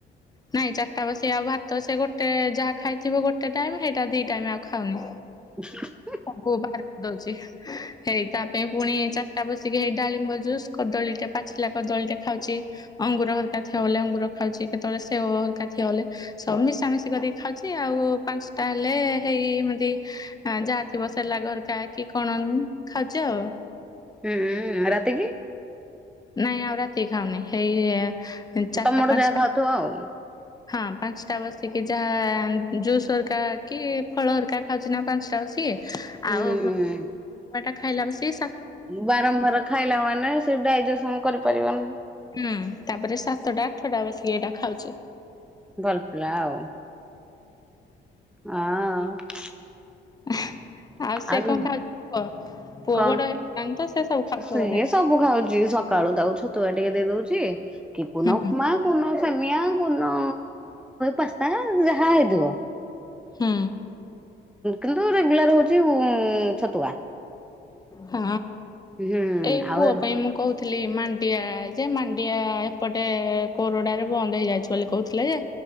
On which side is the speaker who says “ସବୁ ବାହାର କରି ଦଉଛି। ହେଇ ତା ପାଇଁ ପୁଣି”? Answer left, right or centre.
Left